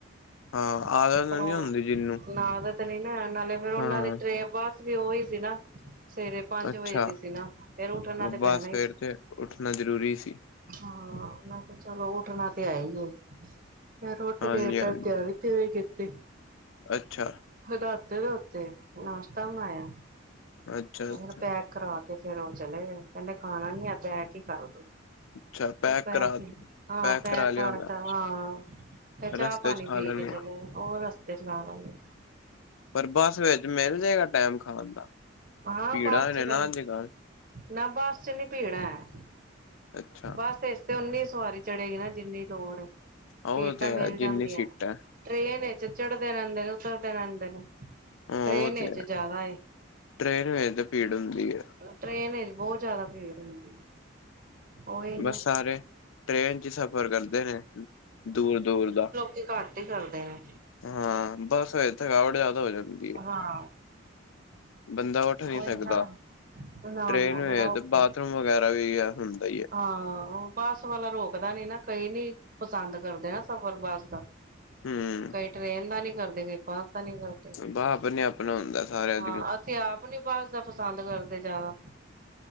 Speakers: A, on the right; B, on the left.
A: <unintelligible>
B: ਹਾਂ ਆਦਤ
A: ਪਰ ੳਹ
B: ਨੀ ਹੁੰਦੀ ਜਿਹਨੂੰ
A: ਨਾ ਤੇ ਆਦਤ ਨੀ ਹੈ ਨਾਲੇ ਫੇਰ ਓਨਾਂ
B: ਹਾਂ
A: ਦੀ ਟਰੇ, ਬਸ ਵੀ ਓਈ ਸੀ ਨਾ। ਸਵੇਰੇ ਪੰਜ
B: ਅੱਛਾ
A: ਵਜੇ ਦੀ ਸੀ ਨਾ, ਫੇਰ ਉਠਣਾ ਤੇ
B: ਬਸ
A: ਪੈਨਾ ਈ
B: ਫੇਰ
A: ਸੀ।
B: ਤੇ ਉੱਠਣਾ ਜ਼ਰੂਰੀ ਸੀ
A: ਹਾਂ, ਮੈਂ ਕਿਆ ਚਲੋ ਉੱਠਨਾ ਤੇ ਹੈਈ ਏ। ਫੇਰ ਉਠ
B: ਹਾਂਜੀ
A: ਕੇ
B: ਹਾਂਜੀ
A: ਤੇਯਾਰੀ, ਤਿਯੂਰੀ ਕੀਤੀ।
B: ਅੱਛਾ।
A: ਫੇਰ ਨਾੱਤੇ, ਨੁੱਤੇ, ਨਾਸ਼ਤਾ ਬਨਾਯੈ।
B: ਅੱਛਾ।
A: ਫੇਰ
B: ਅੱਛਾ
A: ਪੈਕ ਕਰਾਕੇ, ਫੇਰ ਓ ਚਲੇਗੇ, ਕੈਂਦੇ ਖਾਨਾ ਨੀ ਐ ਪੈਕ ਈ ਕੱਰ ਦੋ।
B: ਅੱਛਾ
A: ਪੈਕ
B: ਕਰਾ
A: ਈ, ਹਾਂ, ਪੈਕ
B: ਕਰਾ ਲਿਆਉਣਾ
A: ਕਾਰਤਾ, ਹਾਂ। ਫੇਰ ਚਾ,
B: ਰਸਤੇ
A: ਪਾਨੀ
B: ਚ ਖਾ
A: ਪੀ
B: ਲੈਣੀ
A: ਕੇ ਚਲੇਗੇ,
B: ਆ
A: ਓ ਰਸਤੇ ਚ ਖਾਲੈਨਗੇ।
B: ਪਰ ਬੱਸ ਵਿੱਚ ਮੇਲ ਜੇਗਾ ਟੈਮ ਖਾਨ ਦਾ,
A: ਹਾਂ
B: ਭੀੜਾ
A: ਬੱਸ
B: ਨੇ
A: ਚ
B: ਨਾ ਅੱਜ-ਕੱਲ।
A: ਨਾ ਬੱਸ ਚ ਨੀ ਭੀੜਾ ਐ,
B: ਅੱਛਾ
A: ਬੱਸ ਏੱਚ ਤੇ ਓਨੀ ਸਵਾਰੀ ਚੜੇਗੀ ਨਾ ਜਿੰਨੀ ਲੋੜ ਸੀਟਾਂ
B: ਉਹ ਤੇ ਹੈ
A: ਮੇਲ
B: ਜਿੰਨੀ
A: ਜਾਂਦੀਐਂ।
B: ਸੀਟਾਂ
A: ਟ੍ਰੇਨ ਏੱਚ ਚੜ੍ਹਦੇ ਰੈਂਦੇ ਨੇ, ਉਤਰਦੇ ਰੈਂਦੇ ਨੇ।
B: ਹਾਂ
A: ਟਰੇਨ
B: ਉਹ
A: ਏੱਚ
B: ਤੇ ਹੈ
A: ਜਾਣਾ ਏ।
B: ਟ੍ਰੇਨ ਵਿੱਚ ਤੇ ਭੀੜ ਹੁੰਦੀ ਹੈ
A: ਟਰੇਨ ਏੱਚ ਬੋਤ ਜਾਦਾ ਭੀੜ ਹੁੰਦੀ। ਉਹੀ ਨਾ
B: ਬਾੱਸ ਸਾਰੇ ਟ੍ਰੇਨ ਚ ਸਫ਼ਰ ਕਰਦੇ ਨੇ, ਦੂਰ-ਦੂਰ ਦਾ
A: ਤੇ ਘੱਟ ਈ ਕਰਦੇ ਨੇ।
B: ਹਾਂ, ਬਾੱਸ <unintelligible> ਥਕਾਵਟ ਜਾਦਾ ਹੋ ਜਾਂਦੀ ਏ।
A: ਹਾਂ।
B: ਬੰਦਾ ਓੱਠ ਨੀ
A: ਉਹੀ
B: ਸਕਦਾ,
A: ਨਾ ਨਾ
B: ਟ੍ਰੇਨ
A: ਨਾ ਬੜਾ
B: ਵੇੱਚ
A: ਔਖਾ
B: ਤੇ ਬਾਥਰੂਮ ਵਗੈਰਾ ਵੀ ਹੁੰਦਾ ਈ ਏ।
A: ਹਾਂ, ਬਾੱਸ ਵਾਲਾ ਰੋਕਦਾ ਨੀ ਨਾ, ਕਈ ਨੀ ਪਸੰਦ ਕਰਦੇ ਨਾ, ਸਫ਼ਰ ਬਾੱਸ ਦਾ।
B: ਹਮ
A: ਕਈ ਟਰੇਨ ਦਾ ਨੀ ਕਰਦੇ ਕਈ <unintelligible> ਕਰਦੇ,
B: ਬ ਆਪਣੇ ਆਪਣਾ ਹੁੰਦਾ ਸਾਰਿਆਂ
A: ਹਾਂ।
B: ਦੀ
A: ਤੇ ਆਪ ਨੀ ਬਾੱਸ ਦਾ ਪਸੰਦ ਕਰਦੇ ਜਾਦਾ।